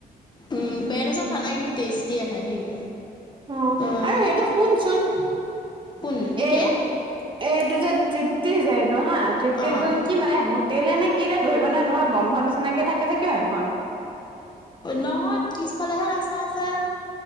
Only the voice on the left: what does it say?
উম পেৰেদাইছৰ খানা কিন্তু টেষ্টি আহে দেই।
অ
কোন
কি
অ'
নহয় এইটো পিছফালেহে ৰাস্তা আছে।